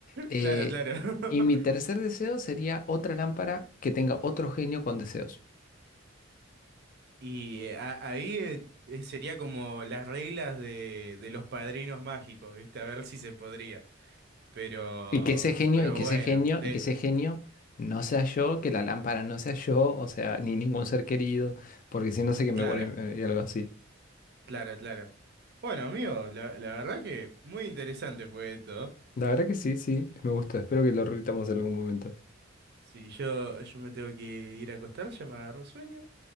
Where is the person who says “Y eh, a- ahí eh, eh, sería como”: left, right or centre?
Right